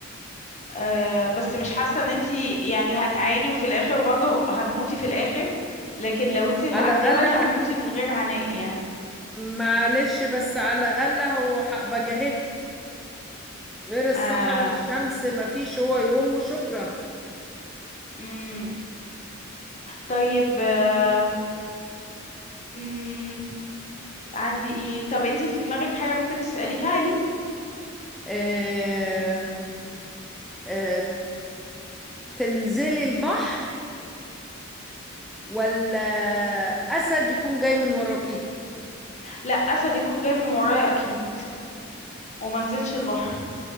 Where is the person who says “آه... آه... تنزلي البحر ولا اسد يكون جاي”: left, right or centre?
Centre